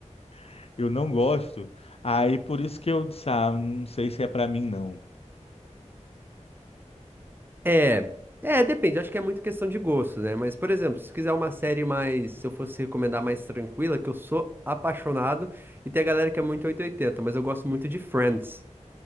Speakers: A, on the left (about 50°); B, on the right (about 15°).
A: <laughs> eu não gosto, aí por isso que eu disse, ah, não sei se é pra mim, não.
B: É, é, depende, acho que é muito questão de gosto, né? Mas, por exemplo, se quiser uma série mais, se eu fosse recomendar mais tranquila, que eu sou apaixonado, e tem a galera que é muito 880. mas eu gosto muito de Friends,